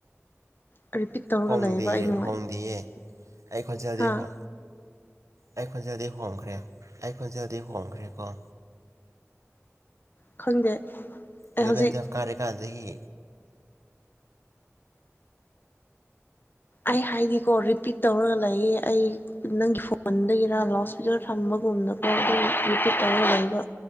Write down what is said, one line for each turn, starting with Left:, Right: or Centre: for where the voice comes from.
Left: ꯔꯤꯄꯤꯠ ꯇꯧꯔꯒ
Right: ꯍꯣꯡꯗꯤꯦꯌꯦ
Left: ꯂꯩꯌꯦꯕ ꯑꯩ ꯅꯨꯡꯉꯥꯏ
Right: ꯍꯣꯡꯗꯦꯌꯦꯦ ꯑꯩ ꯈꯣꯠꯆꯗꯤ
Left: ꯍꯥ
Right: ꯍ ꯑꯩ ꯈꯨꯣꯟꯖꯗꯤ ꯍꯣꯡꯈ꯭ꯔꯦ ꯑꯩ ꯈꯨꯣꯟꯖꯗꯤ ꯍꯣꯡꯈ꯭ꯔꯦꯀꯣ
Left: ꯈꯪꯗꯦ ꯑꯩ
Right: ꯑꯦꯂꯕꯦꯟ
Left: ꯍꯧꯖꯤꯛ
Right: ꯇꯨꯌꯦꯦꯜꯞ ꯀꯥꯔꯦꯀꯥꯟꯗꯒꯤ
Left: ꯑꯩ ꯍꯥꯏꯗꯤꯀꯣ ꯔꯤꯄꯤꯠ ꯇꯧꯔꯒ ꯂꯩꯌꯦ ꯑꯩ ꯅꯪꯒꯤ ꯐꯣꯟꯗꯒꯤꯔꯥ ꯂꯥꯎꯠ ꯏꯁꯄꯤꯀꯔ ꯊꯝꯕꯒꯨꯝꯗ ꯈꯔ ꯑꯗꯨꯝ ꯔꯤꯄꯤꯠ ꯇꯧꯔ ꯂꯩꯕ